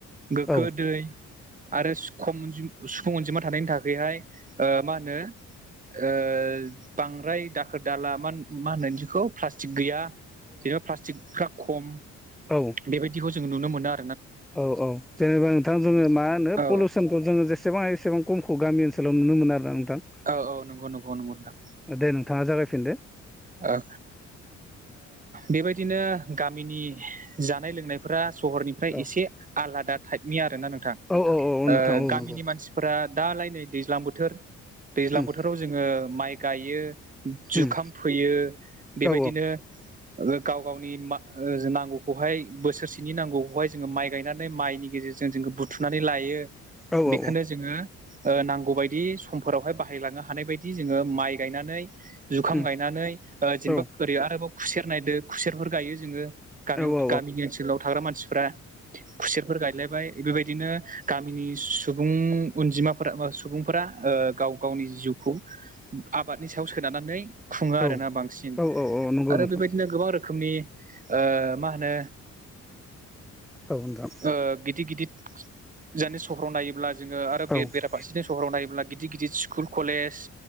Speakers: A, on the right (about 25°); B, in the centre.
A: गोगो
B: औ
A: दै आरो खम अनजिमा सुफुं अनजिमा थानायनि थाखायहाय ओ मा होनो ओ बांद्राय दाखोर दाला मा मा होनो इदिखौ प्लास्टिक गैया जेनेबा प्लास्टिकफ्रा खम
B: औ
A: बेबायदिखौ जों नुनो मोना
B: औ औ जेनेबा नोंथां जोङो मा होनो
A: औ
B: पलुसनखौ खौ जोङो जसेबां हायो एसेबां खमखौ गामि ओनसोलाव नुनो मोन आरो नोंथां
A: औ औ नंगौ नंगौ नंगौ नोंथां
B: दे नोंथाङा जागायफिनदो
A: ओ बेबायदिनो गामिनि जानाय लोंनाय सहरनिफ्राय
B: औ
A: एसे आलादा टाइपनि आरोना नोंथां।
B: औ औ औ औ
A: ओ
B: नोंथां औ
A: गामिनि
B: नंगौ
A: मानसि फोरा दालाय नै दैज्लां बोथोर दैज्लां
B: उम
A: बोथोराव जोङो माइ गायो जुखाम
B: उम
A: फोयो बेबायदिनो
B: औ
A: गाव गावनि मा ओ नांगौखौहाय बोसोरसेनि नांगौखौहाय जोङो माइ गायनानै माइनि गेजेरजों जों जों बुथुमनानै लायो
B: औ औ
A: बेखौनो जोङो नांगौ बायदि समफोरावहाय बाहायलांनो हानाय बायदि जोङो माइ गायनानै जुखाम
B: उम
A: गायनानै गायनानै जेनेबा
B: औ
A: ओरै आरोबाव खुसेर नायदो खुसेरफोर गायो जोङो गामियाव
B: औ औ
A: गामिनि ओनसोलाव थाग्रा मानसिफोरा खुसेरफोर गाय लायबाय बेबायदिनो गामिनि सुबुं अनजिमाफोरा सुबुंफोरा ओ गाव गावनि जिउखौ आबादनि सायाव सोननानै खुङो
B: औ
A: आरोना बांसिन
B: औ औ नंगौ
A: आरो
B: नोंथां
A: बेबायदिनो गोबां रोखोमनि ओ मा होनो
B: औ नोंथां
A: ओ गिदिर गिदिर जानि सहराव नायोब्ला जोङो आरो
B: औ
A: बे बेराफारसेनि सहराव नायोब्ला गिदिर गिदिर स्कुल कलेज